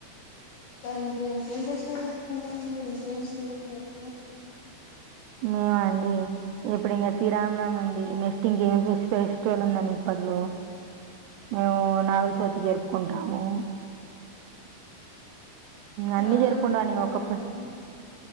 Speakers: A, on the left; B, on the right.
A: ఇంక ఇంకేం చేసుకుంటారండి మీరు ఇంకేం చేసుకుంటారు
B: మేమండి ఎప్పుడు ఇంకా శ్రీరామ్నామి ఉంది నెక్స్ట్ ఇంకేమ ఫెస్టివల్ ఉందని ఇప్పట్లో అ మేము నాగులచోతి జరుపుకుంటాము అన్నీ
A: నాగ
B: చేరుకుంటా
A: చవితికి ఎక్కడికి
B: న ఓకప్పు
A: వెళ్తారండి